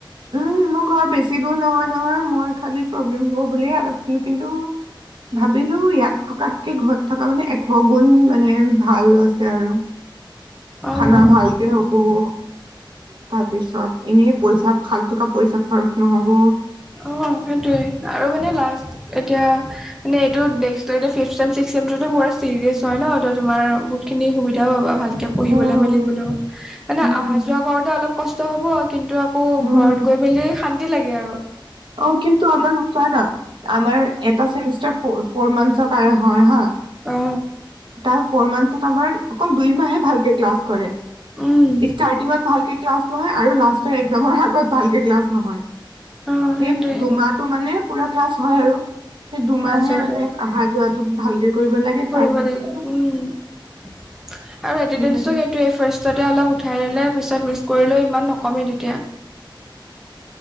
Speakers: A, on the right (about 65°); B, in the centre.
A: উম, ম ঘৰ বেছি দূৰ নহয় নহয়, মই খালি প্ৰব্লেম হ'ব বুলিহে ইয়াত আছিলো, কিন্তু ভাবিলো, ইয়াত থকাতকে ঘৰত থকা মানে এশ গুণ মানে ভাল আছে আৰু।
B: অ
A: খানা ভালকে হ'ব। তাৰ পিছত, এনেই পইচা ফালটোকে পইচা খৰচ নহ'ব।
B: অ, সেইটোৱে, আৰু মানে লাষ্ট এতিয়া, মানে এইটো next fifth same, sixth same মেমটোতো বয় চিৰিয়াছ হয় ন তো তোমাৰ বহুতখিনি সুবিধাও পাবা ভাল। পঢ়িবলৈ
A: উম,
B: মেলি বলেও মানে
A: উম,
B: অহা যোৱা কৰোতে অলপ কষ্ট হব কিন্তু আকৌ
A: উম,
B: ঘৰত গৈ মেলি শান্তি লাগে আৰু
A: অ কিন্তু আমাৰ উপায় না আমাৰ এটা চেমিছ ফ - ফোৰ - ফৌৰ মান্থচৰ কাৰনে হয় হা,
B: অ
A: তাই ফোৰ মান্থচত আমাৰ অকল দুই মাহে ভালকে ক্লাছ কৰে।
B: উম
A: ইচষ্টাৰ্টিং ত ভালকে ক্লাছ ন আৰু লাষ্টৰ একজামৰ আগত ভালকে ক্লাছ নহয়
B: অ
A: সেই
B: সেইটোৱে
A: দুমাহটো মানে পুৰা ক্লাছ হয় আৰু সেই দুমাহে
B: মাজৰটো
A: মানে অহা যোৱাটোক ভালকে কৰিব লাগে
B: কৰিব
A: তাৰ পিছত
B: লাগিব উম আৰু এতেন্দেচটো
A: সেইকাৰণে
B: সেইটোৱে ফাৰ্ষ্টত এ অলপ উৎ উঠাই ললে পিছত মিচ কৰিলেও ইমান নকমে তেতিয়া।